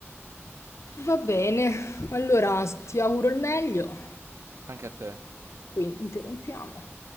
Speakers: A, on the left; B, on the right.
A: Va bene, allora ti auguro il meglio,
B: anche a te.
A: quindi interrompiamo.